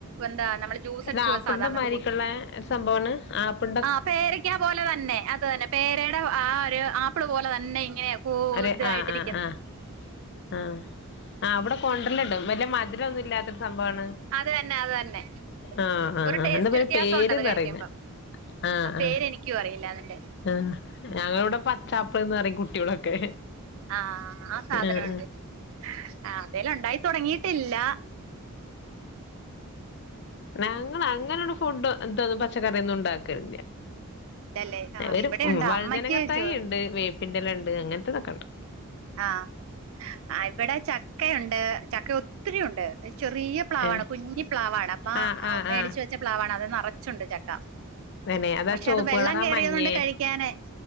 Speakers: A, on the right; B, on the left.
A: എന്താ ജ്യൂസ്
B: അത്
A: അടിച്ചു
B: ആപ്പിണ്ടമാരിക്കുള്ള
A: സാധാരണ
B: സംഭവമാണ് ആപ്പ്
A: ആഹ് പേരയ്ക്കാ പോലെ തന്നെ അത് തന്നെ പേരയുടെ ആ ഒരു ആപ്പിള് പോലെ തന്നെ ഇങ്ങനെ കൂ
B: അതെ
A: ഇതായിട്ടിരിക്കുന്നു
B: ആഹ് ആഹ് ആഹ് ആഹ് ആഹ് അവിടെ കോണ്ടല്ല്ണ്ട് വല്ല്യ മധുരൊന്നും ഇല്ലാത്ത സംഭവാണ്
A: അത് തന്നെ അത് തന്നെ
B: ആഹ് ആഹ്
A: ഒരു ടേസ്റ്റ്
B: എന്താറ
A: വ്യത്യാസം
B: പേര്ന്ന്
A: ഉണ്ട് അത് കഴിക്കുമ്പം
B: പറയുന്നേ ആഹ്
A: ആ പേര്
B: ആഹ്
A: എനിക്കും അറിയില്ല അതിന്റെ
B: ആഹ് ഞങ്ങളിവിടെ പച്ചാപ്പിള്ന്ന് പറയും കുട്ടിയോളൊക്കെ
A: ആഹ് ആ സാധന്ണ്ട്
B: ആഹ്
A: ആഹ് അതെല് ഒണ്ടായി തൊടങ്ങിട്ടില്ല
B: ഞങ്ങള് അങ്ങനൊരു ഫുഡ് എന്താ പച്ചക്കറിയൊന്നും ഉണ്ടാക്കലില്ല
A: ഇല്ലല്ലേ ആ
B: ഒരു
A: ഇവിടെയുണ്ട്
B: വഴുതന
A: അമ്മയ്ക്ക്
B: തൈ
A: ജോ
B: ഇണ്ട് വേപ്പിന്റെലണ്ട് അങ്ങനത്തെതൊക്കെണ്ട്
A: ആഹ് ഇവിടെ ചക്കയുണ്ട് ചക്ക ഒത്തിരിയുണ്ട് ചെറിയ പ്ലാവാണ്
B: ഏഹ്
A: കുഞ്ഞി പ്ലാവാണ് അപ്പ
B: ആഹ് ആഹ്
A: മേടിച്ചു
B: ആഹ്
A: വെച്ച പ്ലാവാണ് അത് നിറച്ചുണ്ട് ചക്ക
B: തന്നെ അതാ
A: പക്ഷെ
B: ചോപ്പ്
A: അത് വെള്ളം
B: കളറാ
A: കേറിയതോണ്ട്
B: മഞ്ഞേ
A: കഴിക്കാന്